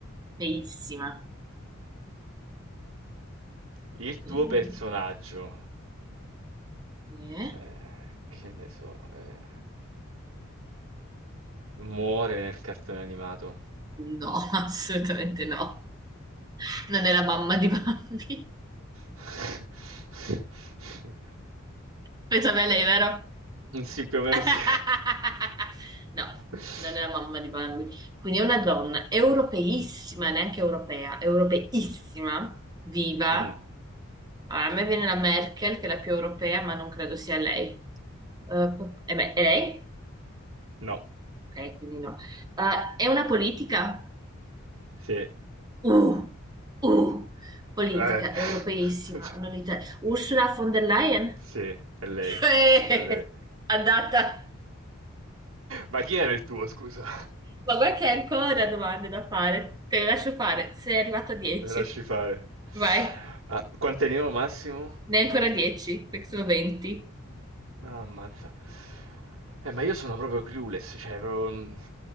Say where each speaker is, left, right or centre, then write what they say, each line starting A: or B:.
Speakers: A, on the right; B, on the right.
A: feissima.
B: Il
A: Quindi,
B: tuo personaggio,
A: eh?
B: eh, che ne so, eh, muore nel cartone animato.
A: No, <laughs> assolutamente no. Non è la mamma di Bambi.
B: <laughs>
A: Pensavi a lei, vero?
B: Sì, più o meno
A: <laughs>
B: sì.
A: No,
B: <laughs>
A: non è la mamma di Bambi. Quindi è una donna europeissima, neanche europea, europeissima, viva
B: Mm,
A: Allora, a me viene la Merkel, che è la più europea, ma non credo sia lei. Eh, p- eh beh, è lei?
B: no.
A: Ok, quindi no. Eh, è una politica?
B: Sì. Eh.
A: Uh, uh, politica
B: <laughs>
A: europeissima,
B: Cioè,
A: non ita- Ursula von der Leyen? <laughs>
B: Sì, è lei,
A: Eh,
B: è lei.
A: andata.
B: Ma chi era il tuo, scusa?
A: Ma guarda che hai ancora domande da fare. Te le lascio fare. Sei arrivato a 10.
B: Me lasci fare.
A: Vai.
B: Ah, quante ne ho massimo?
A: Ne hai ancora 10, perché sono 20.
B: Ah, ammazza. Eh, ma io sono proprio clueless, cioè proprio... mm,